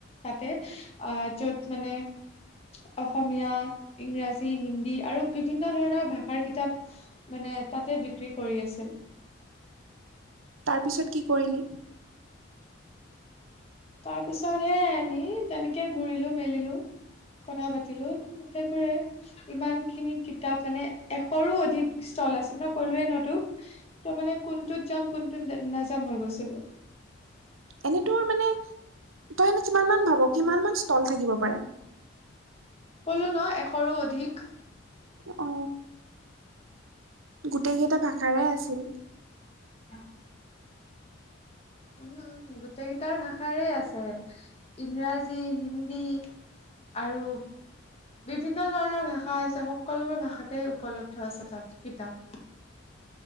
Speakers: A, on the left; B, on the right.
A: তাতে অ য'ত মানে অসমীয়া ইংৰাজী হিন্দী আৰু বিভিন্ন ধৰণৰ ভাষাৰ কিতাপ মানে তাতে বিক্ৰী কৰি আছিল
B: তাৰ পিছত কি কৰিলি
A: তাৰ পিছত হে আমি তেনেকে ঘূৰিলো মেলিলো কথা পাতিলো সেইবোৰে ইমান খিনি কিতাপ মানে এশৰো অধিক ষ্টল আছে ন ক'লোৱে ন তোক ত মানে কোনটোত যাম কোনটোত নাযাম হৈ গৈছিলো
B: এনেই তোৰ মানে তই এনে কিমান মান ভাব কিমান মান ষ্টল থাকিব পাৰে
A: কলো ন এশৰো অধিক
B: অ গোটেই কেইটা ভাষাৰে আছিল
A: উম উম উম গোটেইকেইটাৰ ভাষাৰে আছে ইংৰাজী হিন্দী আৰু বিভিন্ন ধৰণৰ ভাষা আছে সকলোবোৰ ভাষাতে উপলব্ধ আছে তাত কিতাপ